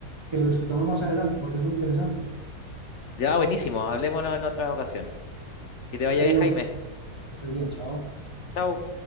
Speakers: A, on the right; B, on the left.
A: que lo discutamos más adelante? Porque es muy interesante.
B: Ya, buenísimo. Hablémonos en otra ocasión. Que te vaya
A: Ok,
B: bien, Jaime.
A: hombre, que estés bien, chao.
B: Chao.